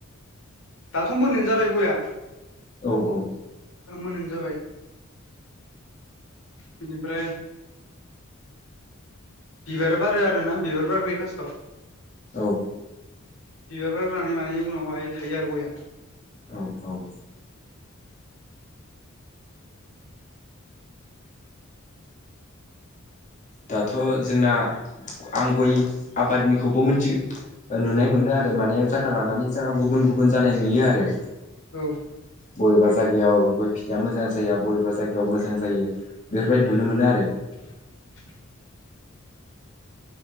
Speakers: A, on the left; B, on the left.
A: दाथ' मोन्नाय जाबाय गया।
B: औ औ।
A: दा मोनानो जाबाय। बिनिफ्राय बिबार बारो आरोना बिबार बारग्रोयो फार्स्टआव।
B: औ।
A: बिबार बारग्रोनानै माने उनावहाय थायो आरो गयआ
B: औ औ। दाथ' जोंना आं गय आबादनिखौबो मोन्थि ओ नुनाय मोनो आरो माने जागा लानानै जागा गुबुन गुबुन जानाय नुयो आरो।
A: औ।
B: बबेबा जायगायाव गय फिथाइया मोजां जाया बबेबा जायगायाव मोजां जायो। बेफोरबायदि नुनो मोनो आरो।
A: <inaudible>